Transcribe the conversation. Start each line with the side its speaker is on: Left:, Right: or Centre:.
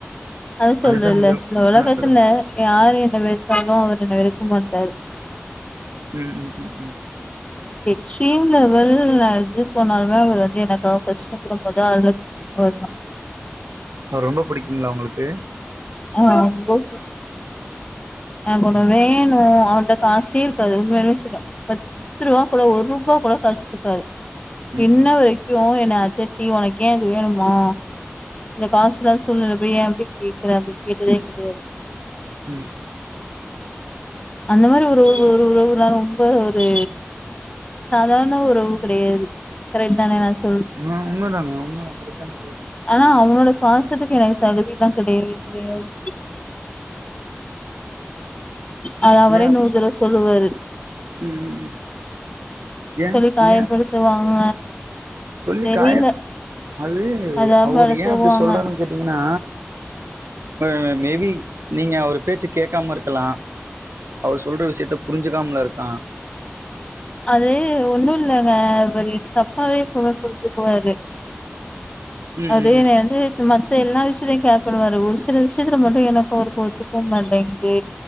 Left: அது சொல்றேல்ல
Right: அதுதான் மிக
Left: இந்த உலக்கத்துல
Right: ஆ சொல்லுங்க.
Left: யாரு என்ன வெரு த்தாலு அவரு என்ன வெருக்க மாட்டாரு
Right: ம் ம் ம் ம்
Left: ஸ்ட்ரீம் லெவல் எது போனாலுமே அவர் வந்து எனக்காக பர்ஸ்ட் <unintelligible> அவர் தா
Right: அவ்ர ரொம்ப புடிக்குங்ளா உங்களுக்கு
Left: அ ரொம்ப <unintelligible> ஆ கொஞ்ச
Right: ம்,
Left: வேணு அவன்ட காசு இருக்காது உண்மையாவே சொல்ற பத் பத்துருவா கூட ஒரூபா கூட காசிருக்காது
Right: ம்,
Left: இன்ன
Right: ம்,
Left: வெரைக்கு என்ன அதட்டி உனக் ஏ இது வேணுமா இந்த காசுல்லாத சூழ்நிலப்ப ஏ இப்டி கேக்குறே அப்டி கேட்டுதே கெடையாது
Right: ம்
Left: அந்த மாரி ஒரு ஒரு ஒரு ஒரு ஒரு <unintelligible> ரொம்ப ஒரு சாதார்ண உறவு கிடையாது கரெட் தான நா சொ
Right: அ உண்மதாங்க உண்மதா கரெக்டான உறவு தா
Left: ஆனா அவனோட பாசத்துக்கு எனக்கு தகுதில்லா கெடயாவே கெடயாது அத அவரே
Right: இதா ஏ
Left: நூறு தடவ சொல்லுவாரு
Right: ம் ம் ம் ஏ
Left: சொல்லி காயப்படுத்துவாங்க
Right: ஏ சொல்லி
Left: தெரியல
Right: காயப் அது
Left: அதாவப்படுத்துவாங்க
Right: அவுரு ஏ அப்டி சொல்றாருன் கேட்டீங்ன்னா அ மேபி நீங்க அவுரு பேச்சு கேக்காம இருக்கலா அவுரு சொல்ற விஷியத்த புரிஞ்சுக்காம்ல இருக்லா
Left: அது ஒன்னு இல்லங்க அவரு தப்பாவே <unintelligible> புரிஞ்சுக்வாரு
Right: ம்
Left: அது
Right: ம் ம்
Left: நா வந்து சும்மா மத்த எல்லா விஷ்யத்ல்யு கேர் பண்ணுவாரு ஒரு சில விஷ்யத்துல மட்டு எனக்கு அவுருக்கோ ஒத்து போ மாட்டேங்கிது